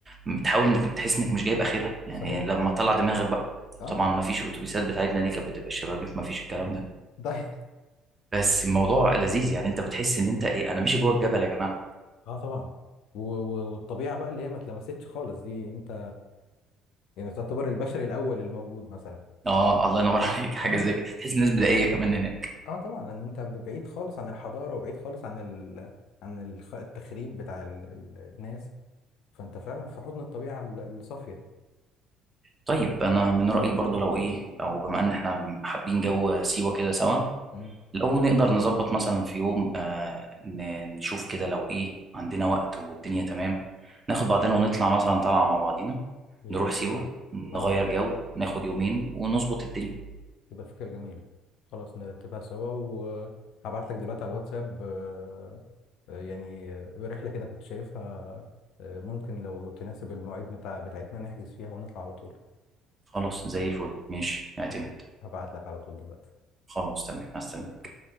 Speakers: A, on the right (about 25°); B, on the left (about 60°).
A: بتحاول انك تحس انك مش جايب اخرها يعني
B: صحيح
A: لما تطلع دماغك بقى
B: اه
A: طبعا ما فيش الاتوبيسات بتاعتنا دي كانت بتبقى الشبابيك ما فيش الكلام ده
B: طيب
A: بس الموضوع لذيذ يعني انت بتحس ان انت ايه انا ماشي جوه الجبل يا جماعه
B: <laughs> اه طبعا و و والطبيعه بقى اللي هي ما اتلمستش خالص دي انت يعني تعتبر البشري الاول الموجود مثلا
A: اه الله ينور عليك حاجه
B: اه
A: زي كده تحس الناس بدائيه كمان هناك
B: اه طبعا لان انت ب- بعيد خالص عن الحضاره وبعيد خالص عن ال عن الخ- التخريب بتاع ال ال الناس فانت فعلا في حضن الطبيعه ال- الصافيه
A: طيب انا من رايي برضو لو ايه لو بما ان احنا حابين جو سيوه كده سوا
B: مم.
A: لو نقدر نظبط مثلا في يوم آه ن- نشوف كده لو ايه عندنا وقت والدنيا تمام ناخد بعضنا ونطلع مثلا طالعه مع بعضينا
B: يا
A: نروح
B: ريت
A: سيوه
B: والله
A: نغير
B: اه والله
A: جو ناخد يومين ونظبط الدنيا
B: تبقى فكرة جميلة خلاص نرتبها سوا وهبعت لك دلوقتي على الواتساب آه، آه، يعني آه، رحلة كده كنت شايفها آه، ممكن لو تناسب المواعيد بتاع بتاعتنا نحجز فيها ونطلع على طول
A: خلاص زي الفل ماشي
B: خلاص
A: اعتمد
B: هبعت لك على طول دلوقتي
A: خلاص تمام هستنى
B: أوكي.